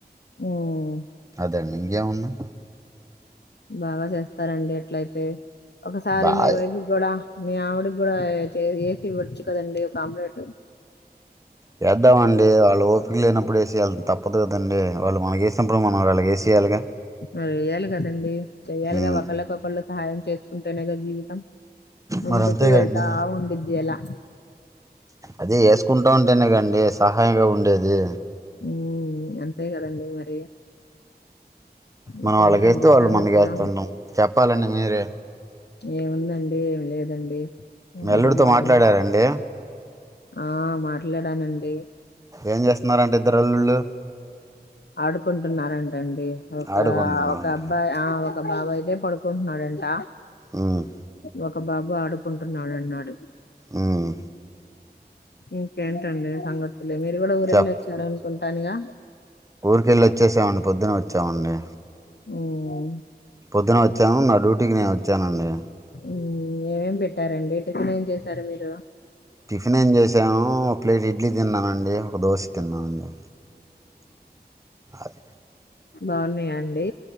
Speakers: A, on the left; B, on the right.
A: ఉమ్
B: దండిగ జేయమన్ను
A: బాగా చేస్తారండి అట్లయితే ఒకసారి
B: బాగా
A: మీ వైఫ్ కి కూడా మీ ఆవిడికి కూడా వేయ్ చే వేసి ఇవ్వొచ్చు కదండి ఒక ఆమ్లేటు
B: వేద్దామండి వాళ్ళు ఓపిక లేనప్పుడే వేసియాలి తప్పదు కదండి వాళ్ళు మనకు వేసి అప్పుడు మనం వాళ్లకి వేసీయాలిగా
A: మరి వేయాలి కదండి చెయ్యాలిగా
B: ఉమ్.
A: ఒకళ్ళకొకళ్ళు సహాయం చేసు కుంటేనేగా జీవితం ముందుకు
B: మరి అంతేగాండి
A: వెళ్తా ఉండుద్ది అలా
B: అదే వేసుకుంటా ఉంటేనే కాండి సహాయంగా ఉండేది
A: ఉ అంతే కదండి మరి
B: మనం
A: ఇంకేంటండి
B: వాళ్ళక వేస్తే వాళ్ళు
A: సంగతులు
B: మనక వేస్తున్నాం చెప్పాలండి పనిర
A: ఏముందండి ఏమి లేదండి అందరు
B: అల్లుడితో
A: బాగున్నా
B: మాట్లాడారండి
A: ఆ మాట్లాడానండి
B: ఏం చేస్తున్నరండి ఇద్దర్ అల్లుళ్ళు
A: ఆడుకుంటున్నారని రండి ఒక
B: ఆడుకుంటున్నారంట
A: ఒక అబ్బాయి ఆ ఒక బాబు అయితే పడుకుంటున్నాడంట
B: ఉమ్
A: ఓ ఒక బాబు ఆడుకుంటున్నాడన్నాడు
B: ఉహ్
A: ఇంకేంటండి సంగతి అ మీరు కూడా ఊరెళ్ళి
B: చెప్
A: వచ్చార ఉంటాను ఇగ
B: ఊరికెళ్ళి వచ్చేసామండి పొద్దున వచ్చామండి
A: ఉమ్
B: పొద్దున వచ్చాను నా డ్యూటీకి నేను వచ్చానండి
A: హ్మ్ ఏమేం పెట్టారంండి టిఫెన్ ఏం చేశారు మీరు
B: టిఫిన్ ఏం చేసాను ఒక ప్లేట్ ఇడ్లీ తిన్నానండి ఒక దోష తిన్నానండి అది
A: బాగున్నాయాండి